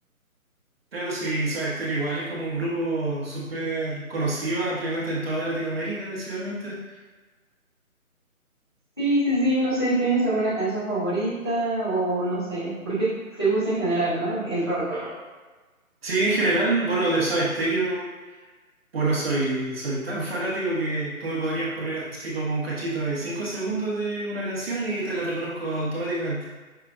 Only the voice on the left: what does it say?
Sí, sí, sí, no sé, ¿tienes alguna canción favorita o no sé, porque te gusta en general, ¿no? El rock.